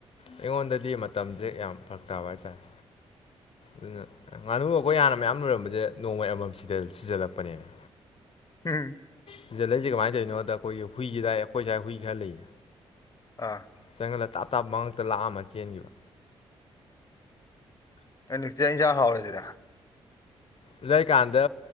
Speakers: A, on the left; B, on the left.
A: ꯑꯩꯉꯣꯟꯗꯗꯤ ꯃꯇꯝꯖꯦ ꯌꯥꯝ ꯐꯔꯛ ꯇꯥꯕ ꯍꯥꯏꯇꯥꯔꯦ ꯑꯗꯨꯅ ꯉꯥꯅꯨ ꯑꯈꯣꯏ ꯍꯥꯟꯅ ꯃꯌꯥꯝ ꯂꯣꯏꯔꯝꯕꯖꯦ ꯅꯣꯡꯃꯩ ꯑꯃꯃꯝ ꯁꯤꯗꯜ ꯁꯤꯖꯜꯂꯛꯄꯅꯦꯃꯤ
B: ꯎꯝ
A: ꯁꯤꯖꯜꯂꯛꯏꯖꯦ ꯀꯃꯥꯏꯅ ꯇꯧꯔꯤꯅꯣꯗ ꯑꯈꯣꯏꯒꯤ ꯍꯨꯏꯖꯤ ꯑꯗꯥꯏ ꯑꯩꯈꯣꯏ ꯁ꯭ꯋꯥꯏ ꯍꯨꯏ ꯈꯔ ꯂꯩꯌꯦ
B: ꯑꯥ
A: ꯆꯪꯖꯜꯂ ꯇꯥꯞ ꯇꯥꯞ ꯃꯉꯛꯇ ꯂꯥꯛꯑꯝꯃ ꯆꯦꯟꯒꯤꯕ
B: ꯑꯩ ꯅꯨꯡꯁꯤꯠꯥꯛ ꯏꯟꯁꯥꯡ ꯍꯥꯎꯔꯁꯤꯗ
A: ꯑꯗꯨ ꯂꯩꯀꯥꯟꯗ